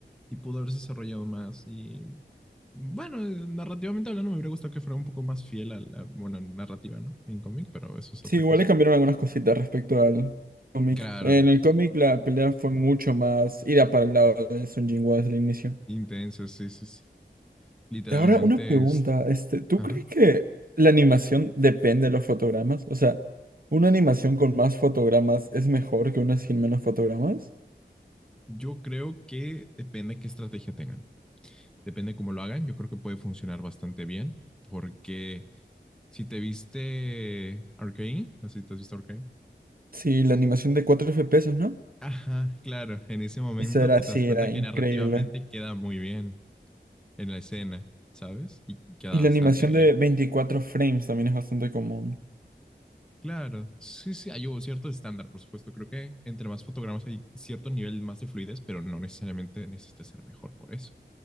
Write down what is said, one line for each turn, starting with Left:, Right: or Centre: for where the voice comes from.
Centre: y pudo haberse desarrollado más. Y bueno, narrativamente hablando, me hubiera gustado que fuera un poco más fiel a la, bueno, narrativa, ¿no? En cómic, pero eso es
Right: Sí,
Centre: otra
Right: igual
Centre: cosa.
Right: le cambiaron algunas cositas respecto al cómic.
Centre: Claro,
Right: En el cómic la pelea fue mucho más ida para el lado de Sun Jinwoo desde el inicio.
Centre: intenso, sí, sí, sí. Literalmente,
Right: Y ahora una pregunta,
Centre: este,
Right: este, ¿tú
Centre: ajá.
Right: crees que la animación depende de los fotogramas? O sea, ¿una animación con más fotogramas es mejor que una sin menos fotogramas?
Centre: Yo creo que depende de qué estrategia tengan. depende cómo lo hagan, yo creo que puede funcionar bastante bien, porque si te viste Arcane, no sé si te has visto Arcane.
Right: Sí, la animación de 4 FPS, ¿no?
Centre: Ajá, claro, en ese momento
Right: Eso era,
Centre: tú te
Right: sí,
Centre: das cuenta
Right: era increíble.
Centre: que narrativamente queda muy bien en la escena, ¿sabes? Y queda
Right: Y la
Centre: bastante
Right: animación
Centre: bien.
Right: de 24 frames también es bastante común.
Centre: Claro, sí, sí, hay un cierto estándar, por supuesto. Creo que entre más fotogramas hay cierto nivel más de fluidez, pero no necesariamente necesita ser mejor por eso.